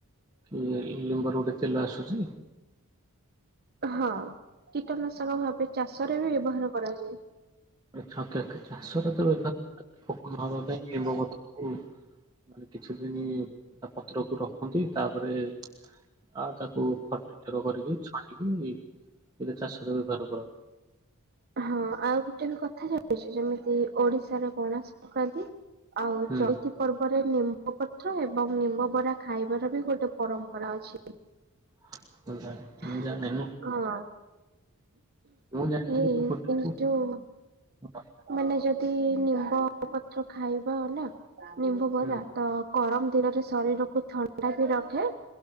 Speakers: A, on the right; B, on the right.
A: କି ଲିମ୍ବ ର ଗୋଟେ ତେଲ ଆସୁଛି?
B: ହଁ କୀଟନାଶକ ଭାବେ ଚାଷରେ ବି ବ୍ୟବହାର କରାଯାଏ।
A: ଚାଷ ରେ <unintelligible> ପାଇଁ ନିମ୍ୱ ପତ୍ର କୁ ମାନେ କିଛି ଦିନ ତା ପତ୍ରକୁ ରଖନ୍ତି ତାପରେ ଆଉ ତାକୁ <unintelligible> କରିକି ଛାଣିକି ସେଇଟା ଚାଷରେ ବ୍ୟବହାର କରନ୍ତି।
B: ହଁ ଆଉ ଗୋଟେ ବି କଥା ଜାଣିଛି ଯେମିତି ଓଡ଼ିଶାର ପଣା ସଂକ୍ରାନ୍ତି ଆଉ
A: ହୁଁ
B: ଚଇତି ପର୍ବରେ ନିମ୍ବ ପତ୍ର ଏବଂ ନିମ୍ବ ବରା ଖାଇବାର ବି ଗୋଟେ ପରମ୍ପରା ଅଛି।
A: <inaudible>
B: ହଁ।
A: ଜାଣିନି ମୁଁ ଜାଣିଥିଲି
B: ଏଇ
A: ପୋଟକୁ
B: ଏ ଯୋଉ
A: ହୁଁ
B: ମାନେ ଯଦି ନିମ୍ବ ନିମ୍ବ ପତ୍ର ଖାଇବା ନା ନିମ୍ବ ବରା
A: ହୁଁ
B: ତ ଗରମ ଦିନରେ ଶରୀରକୁ ଥଣ୍ଡା ବି ରଖେ